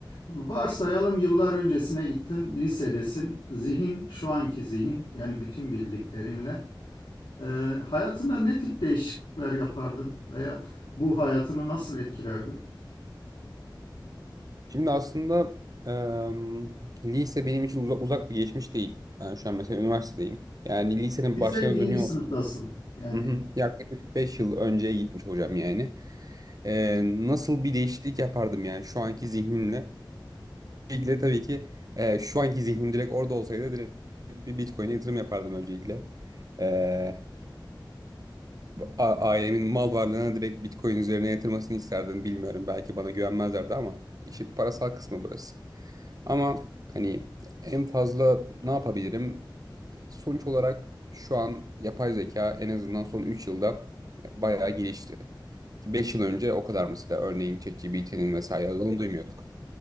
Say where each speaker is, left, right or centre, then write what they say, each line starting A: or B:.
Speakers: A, on the left (about 75°); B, on the right (about 50°).
A: Varsayalım yıllar öncesine gittin, lisedesin. Zihin, şu anki zihin yani bütün bildiklerinle. e, hayatında ne tip değişiklikler yapardın veya bu hayatını nasıl etkilerdi?
B: Şimdi aslında eee, lise benim için uzak, uzak bir geçmiş değil. Ben şu an mesela üniversitedeyim. Yani lisenin
A: Lise
B: başlarına
A: birinci
B: dönüyor
A: sınıftasın.
B: olsaydım.
A: Yani
B: Hı hı. Yaklaşık 5 yıl önceye gitmiş hocam yani. Eee, nasıl bir değişiklik yapardım yani şu anki zihnimle. Öncelikle tabii ki eee, şu anki zihnim direkt orada olsaydı direkt bir Bitcoin'e yatırım yapardım öncelikle. Eee, a- ailemin mal varlığına direkt Bitcoin üzerine yatırmasını isterdim. Bilmiyorum belki bana güvenmezlerdi ama işin parasal kısmı burası. Ama hani en fazla ne yapabilirim? Sonuç olarak şu an yapay zeka en azından son 3 yılda bayağı gelişti. 5 yıl önce o kadar mesela örneğin ChatGPT'nin vesaire adını duymuyorduk.